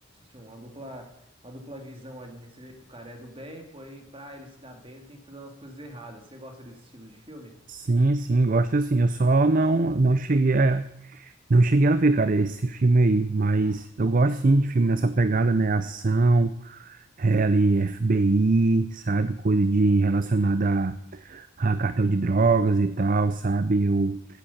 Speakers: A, on the right (about 25°); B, on the right (about 45°).
A: uma dupla uma dupla visão ali, né? Você vê que o cara é do bem, porém, pra ele se dar bem, ele tem que fazer umas coisas erradas. Você gosta desse estilo de filme?
B: Sim, sim, gosto sim. Eu só não não cheguei a não cheguei a ver, cara, esse filme aí, mas eu gosto sim de filme nessa pegada, né? Ação, é, ali FBI, sabe? Coisa de relacionada a, a cartel de drogas e tal, sabe? Eu